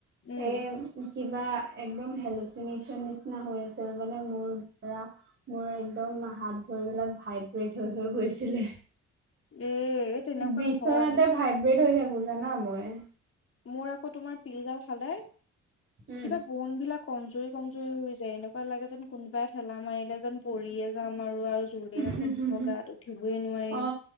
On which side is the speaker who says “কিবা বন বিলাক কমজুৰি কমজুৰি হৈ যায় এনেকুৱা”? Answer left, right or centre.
Left